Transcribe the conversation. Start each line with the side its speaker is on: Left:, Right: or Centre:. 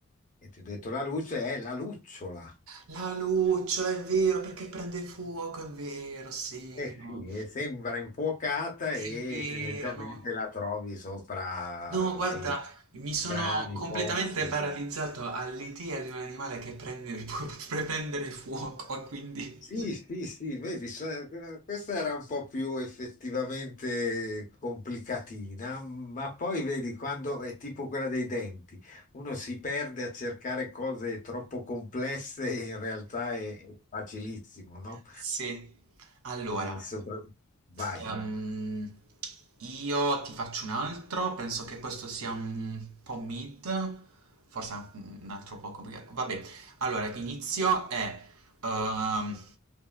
Left: E ti ho detto la luce è la lucciola.
Right: La lucciola, è vero, perché prende fuoco, è vero, sì,
Left: Eh
Right: no,
Left: sì, e sembra infuocata
Right: è
Left: e
Right: vero,
Left: tendenzialmente
Right: no.
Left: la trovi sopra,
Right: No, guarda,
Left: sì,
Right: mi
Left: grani,
Right: sono completamente
Left: pozzi,
Right: paralizzato all'idea di un animale che prende, <laughs> può prendere fuoco, quindi...
Left: Sì,
Right: <laughs>
Left: sì, sì, vedi, sa- eh, questa era un po' più effettivamente complicatina, ma poi vedi quando è tipo quella dei denti, uno si perde a cercare cose troppo complesse, in realtà è è facilissimo, no?
Right: Sì, allora...
Left: E sopra- Vai.
Right: Ehm, io ti faccio un altro, penso che questo sia un po' mid, forse anche un un altro po' complicato. Vabbè, allora l'inizio è ehm,